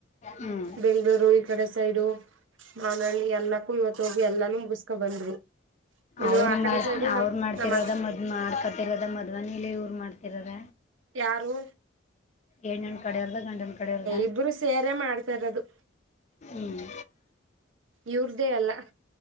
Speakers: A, on the left; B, on the right.
A: ಹ್ಮ್
B: ಬೆಂಗಗಳೂರು ಈ ಕಡೆ ಸೈಡು ಮಾನಹಳ್ಳಿ ಎಲ್ಲಕ್ಕೂ ಇವತ್ತು ಹೋಗಿ ಎಲ್ಲಾನು ಮುಗಿಸ್ಕ ಬಂದ್ರು ಇನ್ನು
A: ಅವರು
B: ಆ ಕಡೆ
A: ಮಾಡ್
B: ಸೈಡು
A: ಅವ್ರು
B: ನಮ್
A: ಮಾಡ್ತಿರೋದ
B: ನಮ್ಮ
A: ಮದ್ ಮಾಡ್ಕತಿರೋದ ಮದ್ವನಲಿ ಇವರು ಮಾಡ್ತಿರದ
B: ಯಾರು
A: ಎಣ್ಣನ ಕಡೆವರ್ದ ಗಂಡನ ಕಡೆವರ್ದ
B: ಇಬ್ರು ಸೇರೆ ಮಾಡ್ತಾ ಇರೋದು
A: ಹ್ಮ್
B: ಇವ್ರ್ದೇ ಅಲ್ಲ